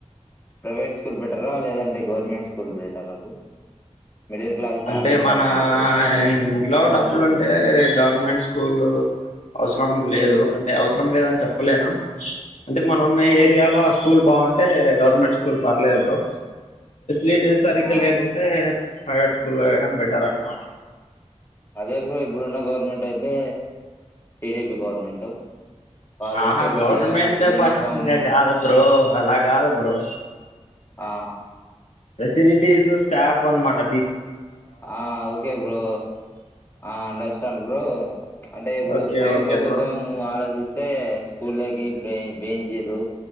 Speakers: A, on the left; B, on the left.
A: ప్రైవేట్ స్కూల్ బేటరా లేదంటే గవర్నమెంట్ స్కూల్ బటర బ్రో మిడిల్ క్లాస్ ఫ్యామిలీ
B: అంటే మన
A: పరంగా అయితే
B: ఇంట్లో డబ్బులు ఉంటే గవర్నమెంట్ స్కూల్ అవసరం లేదు అంటే అవసరం లేదని చెప్పలేను అంటే మన ఉన్న
A: ఆ
B: ఏరియాలో ఆ స్కూల్ బాగుంట అంటే గవర్నమెంట్ స్కూల్ పర్లేదు బ్రో లేడీస్ సరిగ్గా
A: ఆ
B: లేకుంటే అ <inaudible> స్కూల్ లో వేయడం బెటర్ అనమాట
A: అదే బ్రో ఇప్పుడున్న గవర్నమెంట్ అయితే టీడీపీ గవర్నమెంట్ వాళ్ళయితే
B: ఆ హా
A: కొద్దిగా
B: గవర్నమెంట్
A: యూనిఫాము
B: పరంగా కాదు బ్రో అలా కాదు బ్రో
A: ఆ
B: ఫెసిలిటీసు స్టాఫ్ అన్నమాట
A: ఆ ఓకే బ్రో ఆ అండర్స్టాండ్ బ్రో <inaudible> అంటే ఇప్పుడు
B: ఓకే
A: పోయిన
B: ఓకే
A: ప్రభుత్వం
B: బ్రో
A: ఆలోచిస్తే అంటే స్కూల్ లేకి బెంచీలు